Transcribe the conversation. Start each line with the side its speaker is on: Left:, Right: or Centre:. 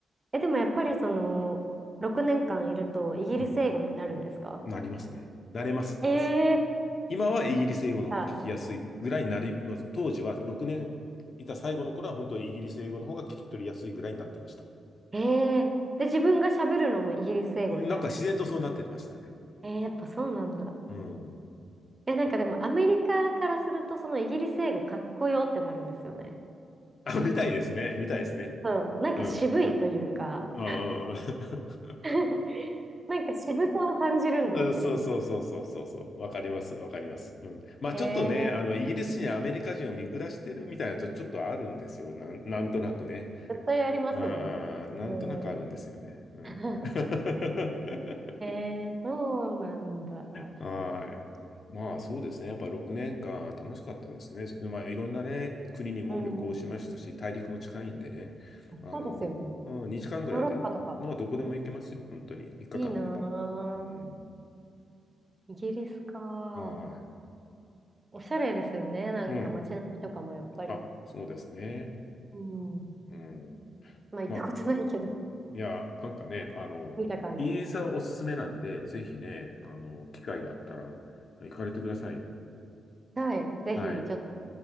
Right: え、でもやっぱりその、6年間いるとイギリス英語になるんですか
Left: うん。なりますね。なれます、
Right: え
Left: まず。
Right: ー、
Left: 今はイギリス英語の方が聞きやすいぐらいになり、
Right: あ、
Left: まあ、当時は6年いた最後の頃は本当にイギリス英語の方が聞き取りやすいぐらいになってました。
Right: えー、で、自分が喋るのもイギリス英語になるってこ
Left: なんか自然とそうなってましたね。
Right: と。えー、やっぱそうなんだ。
Left: うん。
Right: え、なんかでもアメリカからするとそのイギリス英語かっこよってなるんですよね。
Left: あ、見たいですね。見たいですね。
Right: そう、なんか渋いというか、
Left: うん。うんうんうん <laughs>
Right: <laughs> なんか渋さを感じるんですよね。
Left: うんそうそうそうそうそうそう。わかります。わかります。うん。まあちょっとね、
Right: <laughs> えー
Left: あの、イギリスにアメリカ人を見下してるみたいなとちょっとあるんですよ。なん、なんとなくね。
Right: 絶対ありますよね。
Left: ああ、なんとなくあるんですよね。
Right: うん。
Left: うん。
Right: <laughs>
Left: <laughs>
Right: えー、そうなんだ。
Left: はい。まあそうですね。やっぱ6年間楽しかったですね。まあいろんなね、国にも旅行しましたし、
Right: うん。
Left: 大陸も近いんでね。あの、
Right: そうですよね。
Left: うん、2時間ぐらいで、
Right: ヨーロッパとか。
Left: まあどこでも行けますよ。本当に。3日間あれば。
Right: いいな
Left: うん。
Right: ぁ。イギリスか。
Left: はい。
Right: おしゃれですよね。なんか街並みとかもやっぱり。
Left: うん。あ、そうですね。
Right: うん。
Left: うん。
Right: まあ行ったことないけど、
Left: まあ、いや、なんかね、あの、
Right: 見た感じ。
Left: イギリスはおすすめなんで、ぜひね、あの、機会があったら行かれてくださいよ。
Right: はい。ぜひ、
Left: はい。
Right: ちょっと